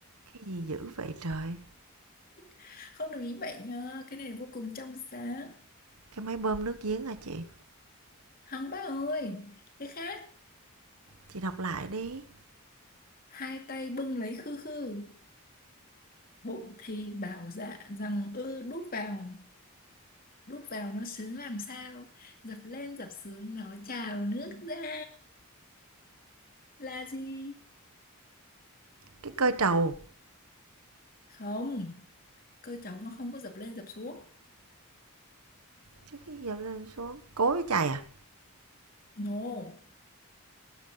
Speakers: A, on the right; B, on the left.
A: cái gì dữ vậy trời?
B: <laughs> không được ý bệnh nhá cái này là vô cùng trong sáng
A: Cái máy bơm nước giếng hả chị?
B: hằng bác ơi cái khác
A: Chị đọc lại đi.
B: hai tay bưng lấy khư khư bụng thì bảo dạ rằng ư đút vào đút vào nó sướng làm sao dập lên dập xuống nó trào nước ra là gì
A: Cái cơi trầu.
B: không cơ cháu nó không có dập lên dập xuống
A: Chứ cái dập lên xuống. Cối với chày à?
B: no